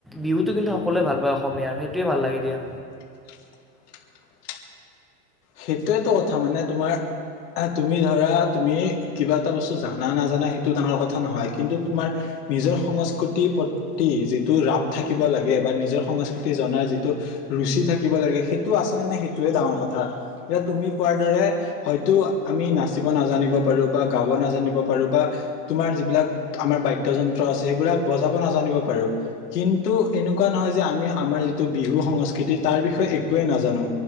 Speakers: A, in the centre; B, on the left.
A: বিহুটো কিন্তু সকলোৱে ভাল পায় অসমীয়াৰ সেইটোয়ে ভাল লাগে দিয়া।
B: <inaudible> সেইটোয়েটো কথা মানে তোমাৰ তুমি ধৰা তুমি কিবা এটা বস্তু জানা নাজানা সেইটো ডাঙৰ কথা নহয়। কিন্তু তোমাৰ নিজৰ সংস্কৃতিৰ প্ৰতি যিটো ৰাপ থাকিব লাগে বা নিজৰ সংস্কৃতি জনাৰ যিটো ৰুচি থাকিব লাগে সেইটো আছেনে নাই সেইটোৱে ডাঙৰ কথা। এতিয়া তুমি কোৱাৰ দৰে হয়তো আমি নাচিব নাজানিব পাৰো বা গাব নাজানিব পাৰো বা তোমাৰ যিবিলাক আমাৰ বাদ্য যন্ত্ৰ আছে সেইবিলাক বজাব নাজানিব পাৰো, কিন্তু এনেকুৱা কুৱা নহয় যে আমি আমাৰ যিটো বিহু সংস্কৃতি তাৰ বিষয়ে একোৱে নাজানো,